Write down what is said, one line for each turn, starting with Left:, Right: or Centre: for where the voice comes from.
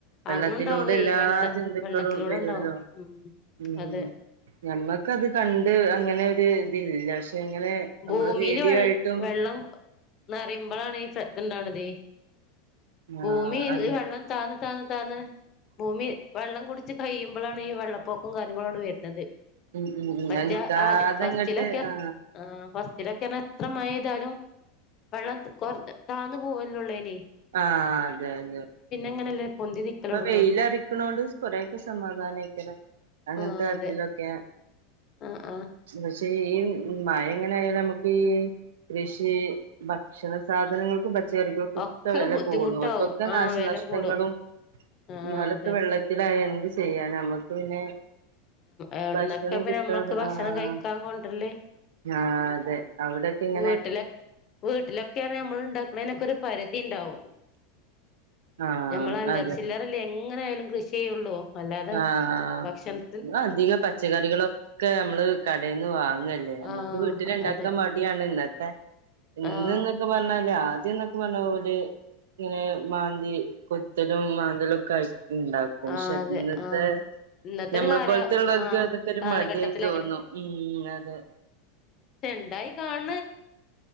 Right: വെള്ളത്തിലൂടെ
Left: അതുണ്ടാവേ
Right: എല്ലാ
Left: വെള്ളം
Right: ജന്തുക്കളും
Left: വെള്ളത്തിലൂടെ
Right: വരുമല്ലോ
Left: ഉണ്ടാവും ഉം
Right: മ്മ്
Left: അതെ
Right: ഞമ്മക്കത് കണ്ട് അങ്ങനെ ഒരു ഇതില്ല പക്ഷേ പക്ഷെ എങ്ങനെ നമ്മള്
Left: ഭൂമിയില്
Right: പേടിയായിട്ട്
Left: വെ വെള്ളം നിറയുമ്പോഴാണ് ഈ ഇത്ണ്ടാവണതെ
Right: ആഹ്
Left: ഭൂമി ഇനി
Right: അതെ
Left: വെള്ളം താ താന്ന് താന്ന് ഭൂമി വെള്ളം കുടിച്ച് കഴിയുമ്പോഴാണ് ഈ വെള്ളപ്പൊക്കം കാര്യങ്ങളോട് വരുന്നത്
Right: ഉം ഉം ഉം
Left: മറ്റേ
Right: അനിക്കാതെങ്ങോട്ട്
Left: ആദ്യ ഫസ്റ്റിലൊക്കെ
Right: ആ
Left: ആ ഫസ്റ്റിലൊക്കെ എത്ര മഴ പെയ്താലും വെള്ളം കൊർഞ താന്നു പോവല്ലോള്ളൈനി
Right: ആഹ് അതെ അതെ
Left: അങ്ങനെല്ലേ പൊന്തി നിക്കലൊടങ്ങാ
Right: ഇപ്പൊ വെയിലാറിക്കണോട് കൊറെക്കെ സമാധാനായിക്കണ് അങ്ങനത്തെ
Left: ആ
Right: തരത്തിലൊക്കെ
Left: അതെ ആ ആ
Right: പക്ഷെ ഈ മഴ എങ്ങനെ ആയാല് നമുക്ക് കൃഷി ഭക്ഷണ സാധനങ്ങൾക്ക് മറ്റ് ചെറികക്കൊക്കെ
Left: ഒക്കെ
Right: വെല
Left: ബുദ്ധിമുട്ടാവും
Right: കൂടും അവർക്കൊക്കെ
Left: ആ
Right: നാശനഷ്ടങ്ങളും
Left: വെല കൂടും ആ
Right: മലത്ത്
Left: അതെ
Right: വെള്ളത്തിലായ എന്ത് ചെയ്യാനമ്മ നമുക്ക് പിന്നെ
Left: എവിടന്നൊക്കെ
Right: ഭക്ഷണം
Left: ഇപ്പ
Right: കിട്ടാതെ
Left: നമ്മക്ക് ഭക്ഷണം
Right: ആഹ്
Left: കഴിക്കാൻ കൊണ്ടര്ല്
Right: ആഹ് അതെ അവിടൊക്കെ ഇങ്ങനെ
Left: വീട്ടിലേ വീട്ടിലൊക്കെയാണ് നമ്മൾ ഇണ്ടാക്കണേനൊക്കൊരു പരിതിണ്ടാവും
Right: ആഹ്
Left: ഞമ്മളല്ലറ
Right: അതെ
Left: ചില്ലറല്ലേ എങ്ങനായാലും കൃഷി ചെയ്യുള്ളു അല്ലാതെ
Right: ആഹ്
Left: ഭക്ഷണം
Right: അധികം പച്ചക്കറികളൊക്കെ നമ്മള് കടയിന്ന് വാങ്ങല്ലേ നമ്മുക്ക്
Left: ആ
Right: വീട്ടിലിണ്ടാക്കാൻ
Left: അതെ
Right: മടിയാണ് ഇന്നത്തെ ഇന്ന്
Left: ആ
Right: എന്നൊക്കെ പറഞ്ഞല് ആദ്യം എന്നൊക്കെ പറഞ്ഞ ഓര് ഇങ്ങനെ മാന്തി കൊത്തലും മാന്തലൊക്കെ ആയി ഉണ്ടാക്കും
Left: ആ
Right: ശെ
Left: അതെ
Right: ഇന്നത്തെ
Left: ആ ഇന്നത്തെ
Right: നമ്മളെ
Left: ഒരു കാല
Right: പോൽത്തെ ഉള്ളോർക്ക്
Left: ആ
Right: അതൊക്കെ ഒരു
Left: കാലഘട്ടത്തിൽ
Right: മടിയായി തോന്നും ഉം അതെ
Left: ചെണ്ടായി കാണ